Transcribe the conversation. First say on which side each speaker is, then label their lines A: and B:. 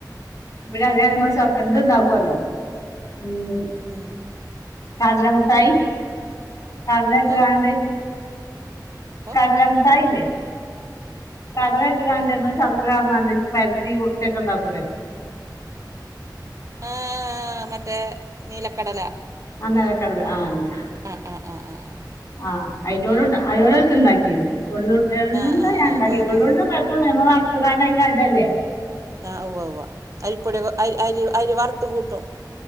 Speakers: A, on the left; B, on the right.
A: ഇവിടെ അതെ പോലെ നമ്മള് ഇത് ഇണ്ടാക്കല്ലോ ഉം
B: ഉം
A: കടല മുട്ടായി കടലട്ട്ങ്ങാണ്ട്
B: ഓ ഓ
A: കടല മുട്ടായില്ലേ
B: കടല
A: കടലട്ട്ങ്ങാണ്ട്
B: മുട്ടായി
A: നമ്മള്
B: അത്
A: ശർക്കരാർ ന്ന്ങ്ങാണ്ട് പരിത്തി ഉരുട്ടി യൊക്കണ്ടാക്കൂലേ
B: ആഹ് മറ്റേ നീലക്കടല
A: ആഹ് നിലകടല ആന്നെ
B: ആഹ് ആഹ് ആഹ് ആഹ്
A: ആഹ് അതിനോട് അയിനോ എള്ളുണ്ട എള്ളുണ്ട
B: ആഹ് ആഹ്
A: ഞാണ്ടാക്കി
B: ആഹ് ആഹ്
A: എള്ളുണ്ട
B: ആഹ്
A: കൊഴപൊന്നുല്യ നമ്മള് വറുത്ങ്ങാണ്ട് അയിക്കാണ്ട്ടല്ലേ
B: ആഹ് ഉവ്വ വ്വവാ അരിപ്പൊടി അരി അരി അരി വറുത്ത കൂട്ടും